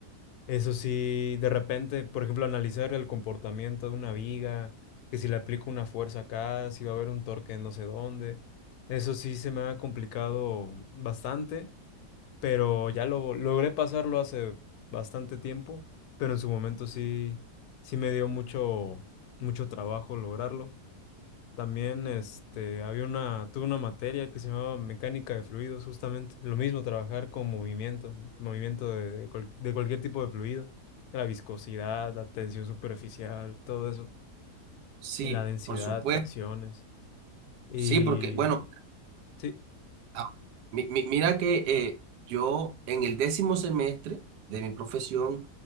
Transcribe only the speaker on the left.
Eso sí, de repente, por ejemplo, analizar el comportamiento de una viga, que si le aplico una fuerza acá, si va a haber un torque en no sé dónde. Eso sí se me ha complicado bastante, pero ya lo logré pasarlo hace bastante tiempo, pero en su momento sí, sí me dio mucho, mucho trabajo lograrlo. También este, había una, tuve una materia que se llamaba mecánica de fluidos, justamente. Lo mismo, trabajar con movimiento, movimiento de, de cual- de cualquier tipo de fluido. La viscosidad, la tensión superficial, todo eso.
Y la densidad,
presiones. Y
sí,